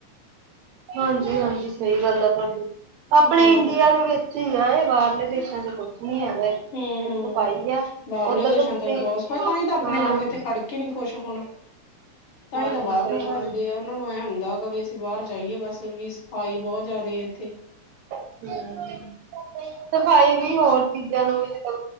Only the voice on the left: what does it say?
ਹਮ
ਹੂੰ-ਹੂੰ,
ਬਾਰਲੇ
ਦੇਸਾਂ
ਤੇ ਬੋਤ ਭਾਈ, ਤਾਂਹੀ ਤਾਂ ਆਪਣੇ
ਲੋਕ ਇੱਥੇ ਖੜ ਕੇ ਨੀ ਖੁਸ਼ ਹੋਣ। ਤਾਂ ਹੀ
ਤਾਂ ਬਾਰ
ਨੂੰ ਭੱਜਦੇ
ਆ। ਓਨਾਂ ਨੂੰ ਐ ਹੁੰਦਾ ਹੈਗਾ, ਵੀ ਅਸੀਂ ਬਾਰ ਜਾਈਏ, ਬਸ ਵੀ ਸਫ਼ਾਈ ਬੋਤ ਜ਼ਿਆਦਾ ਏਥੇ